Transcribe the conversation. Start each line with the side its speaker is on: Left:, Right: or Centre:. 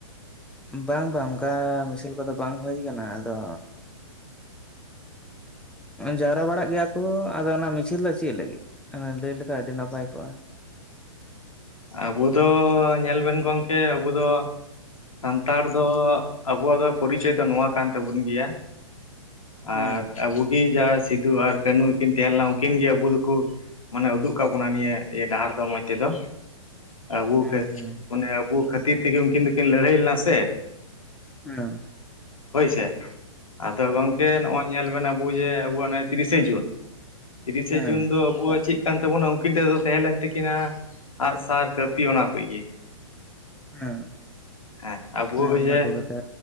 Centre: ᱵᱟᱝ ᱵᱟᱝ ᱚᱱᱠᱟ ᱢᱤᱥᱤᱞ ᱠᱚᱫᱚ ᱵᱟᱝ ᱦᱩᱭ ᱠᱟᱱᱟ ᱟᱫᱚ ᱡᱟᱣᱨᱟ ᱵᱟᱲᱟᱜ ᱜᱮᱭᱟ ᱠᱚ᱾ ᱟᱫᱚ ᱚᱱᱟ ᱢᱤᱪᱷᱤᱞ ᱫᱚ ᱪᱮᱫ ᱞᱟᱹᱜᱤᱫ ᱞᱟᱹᱭ ᱞᱮᱠᱟᱱᱡ ᱟᱹᱰᱤ ᱱᱟᱯᱟᱭ ᱠᱚᱜᱼᱟ? <unintelligible>
Left: ᱟᱵᱚ ᱫᱚ ᱧᱮᱞᱵᱱ ᱜᱚᱢᱠᱮ ᱟᱵᱚ ᱫᱚ ᱾ ᱥᱟᱱᱛᱟᱲ ᱫᱚ ᱟᱵᱚᱣᱟᱜ ᱫᱚ ᱯᱚᱨᱤᱪᱚᱭ ᱫᱚ ᱱᱚᱣᱟ ᱠᱟᱱ ᱛᱟᱵᱚᱱ ᱜᱮᱭᱟ᱾
Centre: ᱦᱮᱸ
Left: ᱟᱨ ᱟᱵᱚᱜᱮ ᱡᱟ ᱥᱤᱫᱷᱩ ᱟᱨ ᱠᱟᱹᱱᱦᱩᱠᱤᱱ ᱛᱟᱦᱮᱸ ᱞᱮᱱᱟ ᱩᱱᱠᱤᱱ ᱜᱮ ᱟᱵᱚ ᱫᱚᱠᱚ ᱾ ᱢᱟᱱᱮ ᱩᱫᱩᱜ ᱟᱠᱟᱟᱜ ᱵᱚᱱᱟ ᱱᱤᱭᱟᱹᱤᱭᱟᱹ ᱰᱟᱦᱟᱨ ᱫᱚ ᱢᱚᱡᱽ ᱛᱮᱫᱚ᱾ ᱟᱵᱚ
Centre: ᱦᱮᱸ
Left: ᱠᱷᱟ
Centre: ᱦᱮᱸ
Left: ᱢᱟᱱᱮ ᱟᱵᱚ ᱠᱷᱟᱹᱛᱤᱨ ᱛᱮᱜᱮ ᱩᱱᱠᱤᱱ ᱫᱚᱠᱤᱱ ᱞᱟᱹᱲᱦᱟᱹᱭ ᱞᱮᱱᱟ ᱥᱮ᱾
Centre: ᱦᱩᱸ
Left: ᱦᱳᱭ ᱥᱮ ᱟᱫᱚ ᱜᱚᱝᱠᱮ ᱱᱚᱜᱼᱚᱭ ᱧᱮᱞ ᱵᱮᱱ ᱟᱵᱩ ᱡᱮ ᱟᱵᱚᱣᱟ ᱱᱚᱣᱟ ᱛᱤᱨᱤᱥᱮ ᱡᱩᱱ ᱛᱤᱨᱤᱥᱮ
Centre: ᱦᱮᱸ
Left: ᱡᱩᱱ ᱫᱚ ᱟᱵᱚᱣᱟᱜ ᱪᱮᱫ ᱾ ᱠᱟᱱ ᱛᱟᱵᱚᱱᱟ ᱩᱱᱠᱤᱱ ᱴᱷᱮᱫᱚ ᱛᱟᱦᱮᱸ ᱞᱮᱱ ᱛᱟᱹᱠᱤᱱᱟ ᱟᱜᱼᱥᱟᱨ ᱠᱟᱹᱯᱤ ᱚᱱᱟ ᱠᱚ ᱜᱮ ᱾
Centre: ᱦᱮᱸ
Left: ᱦᱮᱸ ᱟᱵᱚ
Centre: ᱦᱮᱸ ᱚᱱᱟ
Left: ᱡᱮ
Centre: ᱠᱚ ᱠᱟᱛᱷᱟ